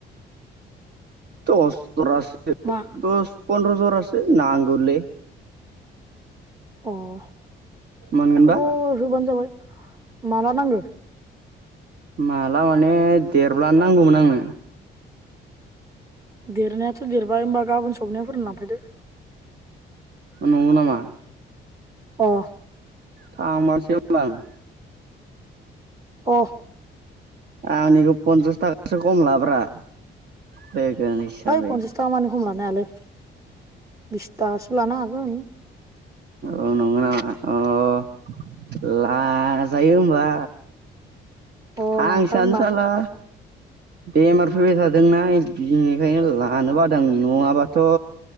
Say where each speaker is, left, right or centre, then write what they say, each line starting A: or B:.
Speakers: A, on the right (about 55°); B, on the right (about 15°).
A: टस जरासे
B: मा
A: दस पनद्रज जरासे नांगौलै।
B: अह।
A: मोनगोन मोनबा
B: खबर होबानो जाबाय। माला नांगो?
A: माला माने देरब्लानो नांगौमोन आंनो।
B: देरनायाथ' देरबाय ओमबा गाबोन सबनियाफोरनो लांफैदो।
A: नंगौ नामा?
B: अह।
A: थांमारसै ओमबा आं।
B: अह।
A: आंनिखौ पनसास थाखासो खम लाब्रा। <unintelligible> हिसाबै।
B: ओइ पन्सास थाखा मानि खम लानो हायालै। बिसथाखासो लानो हागोन।
A: औ नंगो नामा अह लाजायो ओमबा।
B: अ
A: हांसोयानो
B: लांफाय होमबा
A: बेमार फैबाय थादोंना इ-बिनिखायनो लानो बादों आं नङाबा थ'